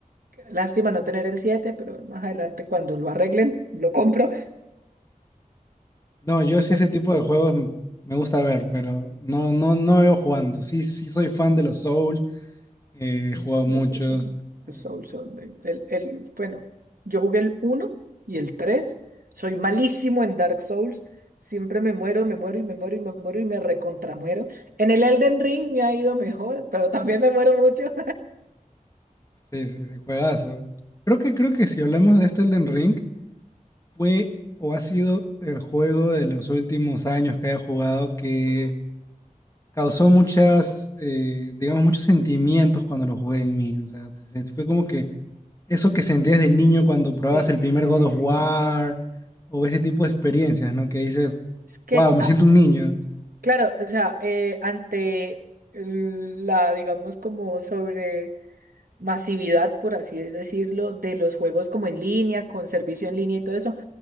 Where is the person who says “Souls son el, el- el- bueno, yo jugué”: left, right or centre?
Right